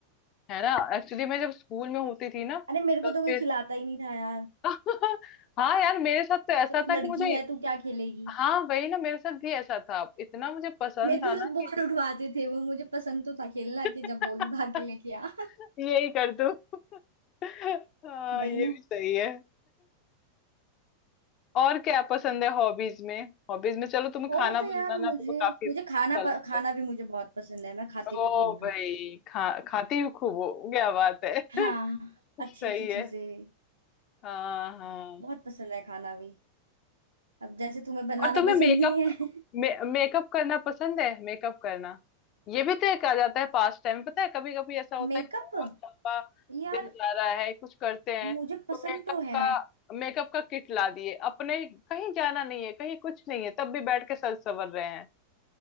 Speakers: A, on the left; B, on the right.
A: है ना एक्चुअली मैं जब स्कूल में होती थी ना
B: अरे मेरे को
A: तब
B: तो कोई
A: फिर
B: खिलाता ही नहीं था यार
A: <laughs> हाँ यार मेरे साथ तो ऐसा
B: कि तू
A: था
B: लड़की
A: कि मुझे
B: है तू क्या खेलेगी
A: हाँ वही ना मेरे साथ भी ऐसा था इतना मुझे पसंद
B: मेरे
A: था
B: को
A: ना
B: तो बॉल
A: कि
B: उठवाते थे वो मुझे पसंद तो था खेलना
A: <laughs>
B: कि जब बॉल उठा के लेके आ
A: यही कर दूं <laughs> हाँ
B: वही
A: ये
B: ना
A: भी सही है और क्या पसंद है हॉबीज में हॉबीज में चलो तुम्हें खाना
B: और तो
A: बनाना
B: यार मुझे
A: तो काफी
B: मुझे
A: अच्छा
B: खाना
A: लगता
B: प, खाना
A: है
B: भी मुझे बहुत पसंद है मैं खाती
A: ओ
B: भी बहुत
A: भाई
B: हूँ
A: खा खाती हूँ खूब हो क्या बात है
B: हाँ
A: <laughs>
B: अच्छी
A: सही
B: अच्छी
A: है
B: चीजें
A: हाँ हाँ
B: बहुत पसंद है खाना भी अब जैसे तुम्हें बनाना
A: और तुम्हें
B: पसंद
A: मेकअप
B: नहीं है
A: मे, मेकअप करना पसंद है मेकअप करना ये भी तो एक आ जाता है पास टाइम पता है कभी कभी ऐसा
B: <laughs>
A: होता
B: मेकअप
A: है कि बहुत लंबा
B: यार
A: दिन जा रहा है कुछ करते हैं
B: मुझे पसंद
A: तो मेकअप
B: तो है
A: का मेकअप का किट ला दिए अपने कहीं जाना नहीं है कहीं कुछ नहीं है तब भी बैठ के सर संवर रहे हैं